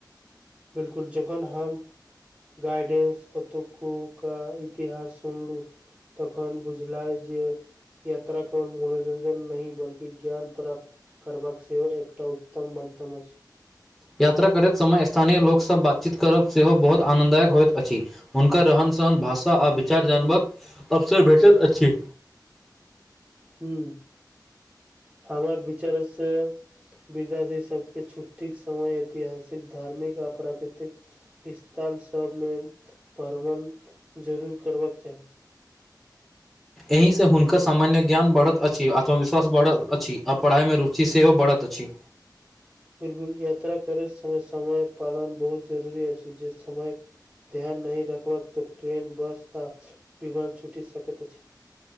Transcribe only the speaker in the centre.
यात्रा करैत समय स्थानीय लोक सँ बातचीत करब सेहो बहुत आनन्ददायक होइत अछि। हुनकर रहन सहन भाषा आ विचार जानबाक अवसर भेटैत अछि।
एहिसे हुनकर सामान्य ज्ञान बढ़त अछि आत्मविश्वास बढ़त अछि आ पढ़ाइ मे रुचि सेहो बढ़त अछि।